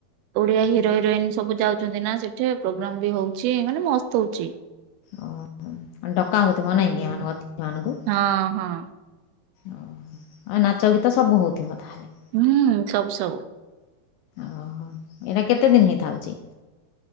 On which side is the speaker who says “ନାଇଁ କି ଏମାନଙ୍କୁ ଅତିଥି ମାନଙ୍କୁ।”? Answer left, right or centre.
Left